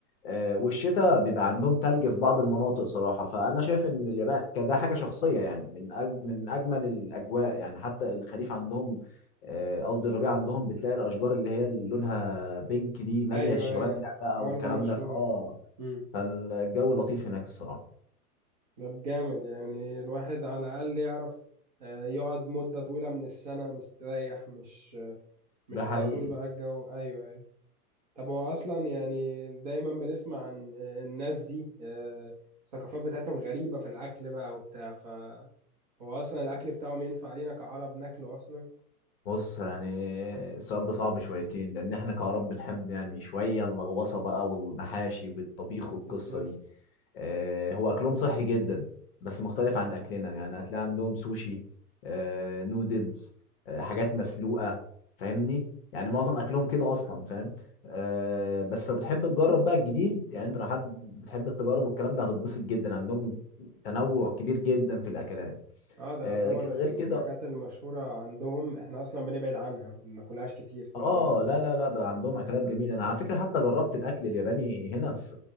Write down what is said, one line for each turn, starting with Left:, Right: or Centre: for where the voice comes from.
Left: آه، والشتاء بيبقى عندهم تلج في بعض المناطق صراحة فأنا شايف إن اليابان كده حاجة شخصية يعني من أج- من أجمل الأجواء يعني حتى الخريف عندهم آه، قصدي الربيع عندهم بتلاقي الأشجار اللي هي اللي لونها بينك دي مالية
Right: ايوه
Left: الشوارع
Right: ايوه
Left: بقى
Right: الحوار
Left: والكلام
Right: ده مشهور
Left: ده ف- آه
Right: مم.
Left: فالجو لطيف هناك الصراحة
Right: ده جامد يعني الواحد على الاقل يعرف آه، يقعد مده طويله من السنه مستريح مش مش
Left: ده
Right: على
Left: حقيقي
Right: طول بقى الجو ايوه أيوة. طب هو اصلا يعني دايما بنسمع عن آه، الناس دي آه، الثقافات بتاعتهم غريبه في الاكل بقى وبتاع فهو اصلا الاكل بتاعهم ينفع لينا كعرب ناكله اصلا
Left: بص يعني السؤال ده صعب شويتين لان احنا كعرب بنحب يعني شويه اللغوصه بقى والمحاشي والطبيخ والقصه
Right: بالظبط
Left: دي آه، هو اكلهم صحي جدا بس مختلف عن اكلنا يعني هتلاقي عندهم سوشي آه، نودلز آه، حاجات مسلوقه فاهمني يعني معظم اكلهم كده اصلا فاهم آه، بس لو بتحب تجرب بقى الجديد يعني انت لو حد بتحب التجارب والكلام ده هتتبسط جدا عندهم تنوع كبير جدا في الاكلات
Right: اه ده يعتبر
Left: آه، لكن
Right: الحاجات
Left: غير كده
Right: المشهورة عندهم احنا اصلا بنبعد عنها ما بناكلهاش كتير كل
Left: اه
Right: يوم
Left: لا لا لا ده عندهم اكلات جميله انا على فكره حتى جربت الاكل الياباني هنا في